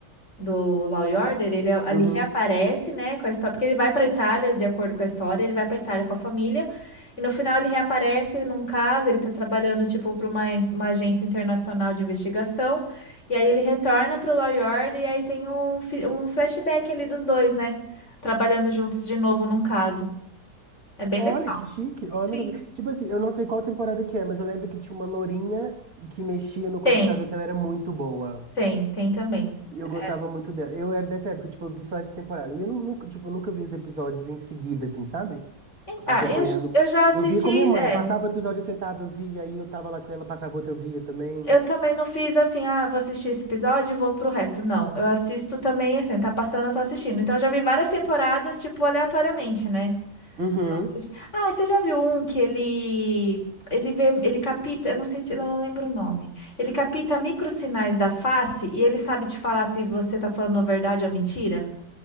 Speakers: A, on the left; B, on the right.
A: do Law e Order, ele a- ali
B: Uhum.
A: reaparece, né, com a história, porque ele vai para Itália, de acordo com a história, ele vai para Itália com a família, e no final ele reaparece num caso, ele tá trabalhando tipo para uma, uma agência internacional de investigação, e aí ele retorna pro Law e Order e aí tem um, fi- um flashback ali dos dois, né, trabalhando juntos de novo num caso. É bem
B: Olha,
A: legal.
B: que chique. Oh,
A: Sim.
B: nunca vi. Tipo assim, eu não sei qual temporada que é, mas eu lembro que tinha uma lourinha que mexia no
A: Tem,
B: computador que ela era muito boa.
A: tem, tem também.
B: Eu gostava
A: É.
B: muito dela. Eu era dessa época, tipo, eu vi só essa temporada. E eu nu- nunca, tipo, nunca vi os episódios em seguida, assim, sabe?
A: Ah,
B: Acompanhando.
A: eu, eu já assisti,
B: Eu via com minha mãe.
A: é.
B: Passava o episódio, eu sentava, eu via. Aí eu tava lá com ela, passava outro, eu via também.
A: Eu também não fiz assim, ah, vou assistir esse episódio e vou pro resto. Não, eu assisto também, assim, tá passando, eu tô assistindo. Então, eu já vi várias temporadas, tipo, aleatoriamente, né?
B: Uhum.
A: Assisti- Ah, você já viu um que ele... Ele vê, ele capta, eu não sei, eu não lembro o nome. Ele capta microsinais da face e ele sabe te falar se você tá falando a verdade ou a mentira?